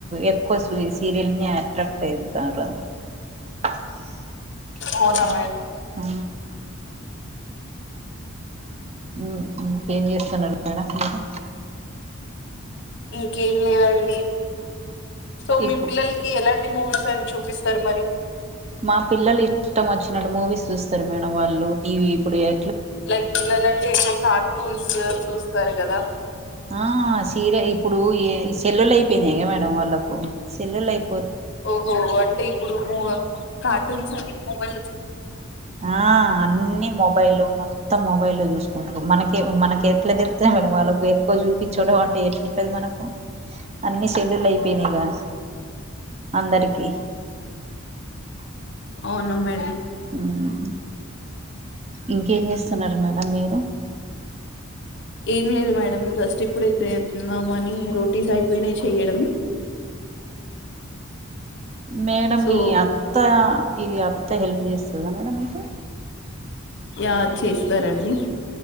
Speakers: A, on the right (about 30°); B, on the left (about 55°).
A: ఎక్కువ. సీరియల్నియా. <unintelligible> <unintelligible>
B: అవునా మేడం
A: హా ఆ ఇంకేం చేస్తున్నారు మేడమ్ మీరు.
B: ఇంకేం లేదండి. సో మీ
A: ఇప్పుడు
B: పిల్లలకి ఎలాంటి. మూవీస్ అవి చూపిస్తారు మరి.
A: మా పిల్లలు ఇష్టం వచ్చినట్ మూవీస్ చూస్తారు మేడమ్ వాళ్ళు టీవి ఇప్పుడు ఏ
B: లైక్ పిల్లలు అంటే ఎక్కువగా. టూన్స్ చూస్తారు కదా.
A: ఆ చీర ఇప్పుడు ఏ. సెల్లులు అయిపోయినయిగా మేడమ్ వాళ్ళకు. సెల్లులైప్.
B: ఓహో అంటే ఇప్పుడు. కార్టూన్స్ అన్ని మొబైల్ లో చూసుకుం.
A: ఆ అన్నిీ మొబైల్లో మొత్తం మొబైల్లో చూసుకుంటారు మనకి మనకయితే. ఇట్లా తిడుతూన్నా మేడం వాళ్ళకు ఎక్కువ చూపించడం అంటే ఎట్లుంటది మనకు అన్ని చెెల్లళ్లు అయిపోయినాయిగా అందరికి.
B: అవును మేడమ్.
A: ఉహు ఇంకేం చేస్తున్నారు మేడమ్ మీరు.
B: ఏం లేదు మేడం జస్ట్ ఇప్పుడే తిందాము అని రోటీస్ అయిపోయినాయి చెయ్యడం.
A: మేడమ్
B: సో
A: మీ అత్త. ఇది అత్తా హెల్ప్ చేస్తుందా మేడం మీకు
B: ఎవరు చేస్తారండి